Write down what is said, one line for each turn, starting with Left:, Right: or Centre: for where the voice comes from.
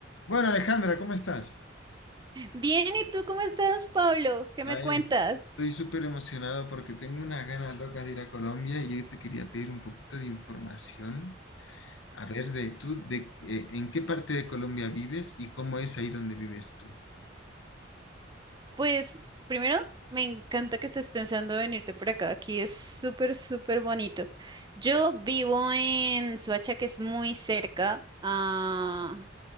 Left: Bueno, Alejandra, ¿cómo estás?
Right: Bien, ¿y tú cómo estás, Pablo? ¿Qué
Left: Ahí
Right: me cuentas?
Left: es- estoy súper emocionado porque tengo unas ganas locas de ir a Colombia y yo te quería pedir un poquito de información. A ver, de tú, de eh, en qué parte de Colombia vives y cómo es ahí donde vives tú.
Right: Pues primero, me encanta que estés pensando venirte por acá. Aquí es súper, súper bonito. Yo vivo en Suacha, que es muy cerca a-